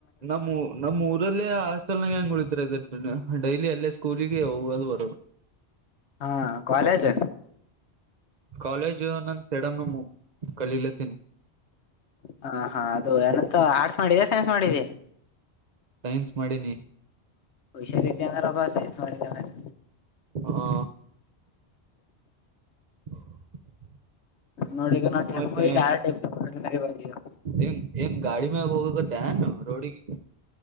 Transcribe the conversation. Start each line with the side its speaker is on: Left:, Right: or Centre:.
Right: ನಮ್ಮ್ ನಮ್ಮೂರಲ್ಲೇ ಹ- ಹಾಸ್ಟೆಲ ಹೆಂಗ ಉಳಿತರ ಡೈಲಿ ಅಲ್ಲೇ ಸ್ಕೂಲ್ ಗೆ ಹೋಗೋದು ಬರೋದು.
Left: ಹಾ ಕಾಲೇಜ್
Right: ಕಾಲೇಜು ನಂದ ಸೆಡಮ್ ನಮ್ಮವು ಕಲೀಲತನಿ.
Left: ಹಾ ಹಾ ಅದು ಎಲ್ಲತ್ತ ಆರ್ಟ್ಸ್ ಮಾಡಿದೆ ಸೈನ್ಸ್ ಮಾಡಿದೆ.
Right: ಸೈನ್ಸ್ ಮಾಡಿನಿ.
Left: ಹುಷಾರು ಇದ್ದಿ ಅಂದ್ರಪ್ಪ ಸೈನ್ಸ್ ಮಾಡಿದಿ ಅಂದ್ರ.
Right: ಹಾ <inaudible>
Left: ನೋಡಿ ಈಗ ನಾವು <unintelligible>
Right: ಮತ್ತೆ ಏನ್ ಏನ್ ಗಾಡಿ ಮ್ಯಾಗ ಹೋಗಕತ್ತೇನ ರೋಡಿಗಿ.